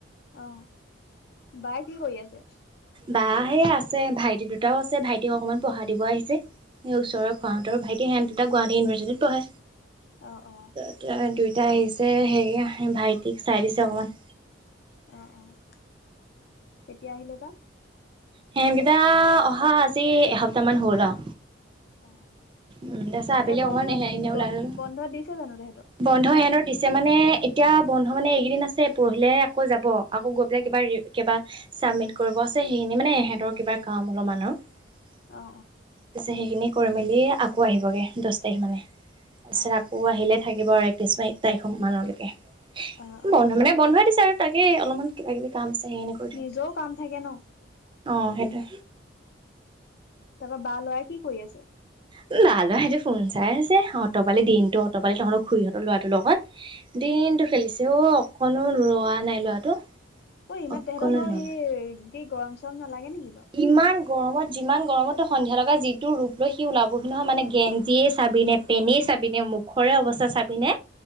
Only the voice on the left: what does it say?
অ', বাই কি কৰি আছে?
অ
অ', অ'।
অ', অ', কেতিয়া আহিলো বা।
অ
এই গৰমত
গ
বন্ধ দিছে জানো তেহেঁতৰ
অ
অ
অ অ
নিজেও কাম থাকে ন।
তাৰপা বা ল'ৰা কি কৰি আছে?
<unintelligible>
ঐ ইমান
তেহেঁতৰ বাৰু
সেই
কি গৰম চৰম নালাগে নেকি বাৰু।